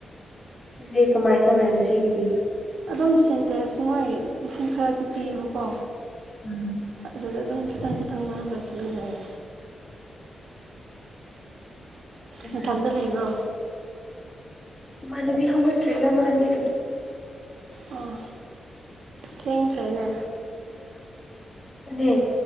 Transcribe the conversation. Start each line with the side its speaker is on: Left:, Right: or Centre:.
Left: ꯖꯤ ꯀꯃꯥꯏꯅ ꯇꯧꯔꯦ ꯉꯁꯤꯒꯤꯗꯤ
Right: ꯑꯗꯨꯝ ꯁꯤꯟꯇꯦꯟꯁ ꯃꯣꯏ ꯏꯁꯤꯡ ꯈꯔꯗꯤ ꯄꯤꯌꯦꯕꯀꯣ
Left: ꯎꯝ
Right: ꯑꯗꯨꯗ ꯑꯗꯨ ꯑꯗꯨꯝ ꯈꯤꯇꯪ ꯈꯤꯇꯪ ꯂꯧꯔꯒꯥ ꯁꯤꯖꯤꯟꯅ ꯔꯦ
Left: ꯐꯔꯦ
Right: ꯅꯊꯟꯗ
Left: ꯐꯔꯦ
Right: ꯂꯩꯕ꯭ꯔꯣ
Left: ꯏꯃꯥꯟꯅꯕꯤ ꯍꯧꯒꯠꯇ꯭ꯔꯤꯅ ꯃꯥꯗꯤ
Right: ꯑꯥ ꯊꯦꯡꯈ꯭ꯔꯦꯅꯦ
Left: ꯅꯦ